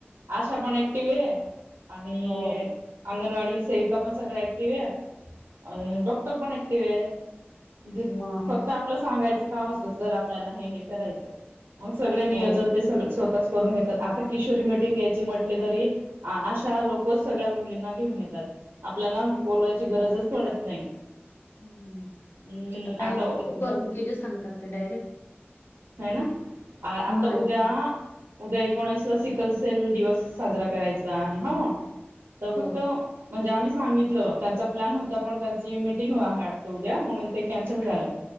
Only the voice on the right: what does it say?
आशा पण ऍक्टिव आहे. आणि
अंगणवाडी सेविका पण सगळ्या ॲक्टिव्हेत, अ डॉक्टर पण ॲक्टिव्हेत. म्हणजे
फक्त आपलं सांगायचं काम असतं. सर आपल्याला हे हे करायचंय. मग सगळे नियोजन
ते स स्वतःच करून घेतात. आता किशोरी मिटिंग घ्यायची म्हटले तरी अशा लोकच सगळ्या मुलींना घेऊन येतात. आपल्याला बोलवायची गरजच पडत नाही.
मी
आता
हाय ना. आता
उद्या
उद्या एकोणीसला सिकलसेल दिवस साजरा करायचा आहे हं, तर
फक्त म्हणजे आम्ही सांगितलं, त्यांचा प्लॅन न्हवता पण त्यांची मीटिंग आहे वाटतं उद्या, म्हणून ते कॅन्सल झालं.